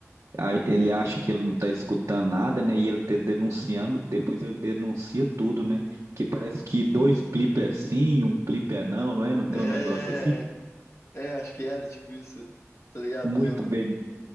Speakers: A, on the right; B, on the left.
A: a- ele acha que ele não está escutando nada, né? E ele tá denunciando, depois ele denuncia tudo, né? Porque parece que dois clipes é sim, um clipe é não, não é? Não tem
B: É.
A: um negócio assim.
B: É, acho que era tipo isso. Tá ligado?
A: Muito
B: Lembra?
A: bem,